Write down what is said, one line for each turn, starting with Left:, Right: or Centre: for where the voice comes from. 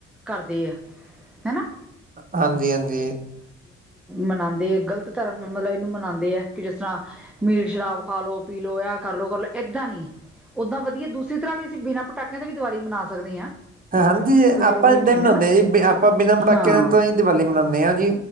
Centre: ਕਰਦੇ ਆ ਹੈਨਾ।
Right: ਹਾਂਜੀ ਹਾਂਜੀ।
Centre: ਮਨਾਉਂਦੇ ਆ ਗ਼ਲਤ ਧਰਮ ਮਤਲਬ ਇਹਨੂੰ ਮਨਾਉਂਦੇ ਆ ਕਿ ਮਨਾਉਂਦੇ ਗਲਤ ਧਰਮ ਨੂੰ ਮਨਾਉਂਦੇ ਜਿਸ ਤਰ੍ਹਾਂ ਮੀਟ ਸ਼ਰਾਬ ਖਾ ਲੋ ਪੀ ਲੋ ਆ ਕਰਲੋ ਕਰਲੋ ਏਦਾਂ ਨੀ ਓਦਾਂ ਵਧੀਆ ਦੂਸਰੀ ਤਰ੍ਹਾਂ ਵੀ ਅਸੀਂ ਬਿਨਾਂ ਪਟਾਕਿਆਂ ਦਾ ਵੀ ਦੀਵਾਲੀ ਸਕਦੇ ਹਾਂ।
Right: ਹਾਂਜੀ
Centre: ਕੋਈ ਜ਼ਰੂਰੀ
Right: ਆਪਾਂ ਏਦਾਂ
Centre: ਨੀ ਹੈਗਾ
Right: ਹੀ ਮਨਾਂਦੇ
Centre: ਨਾ
Right: ਹਾਂ ਜੀ। ਆਪਾਂ ਬਿਨਾਂ ਪਟਾਕਿਆਂ
Centre: ਹਾਂ,
Right: ਤੋਂ ਹੀ ਦੀਵਾਲੀ ਮਨਾਂਨੇ ਹਾਂ ਜੀ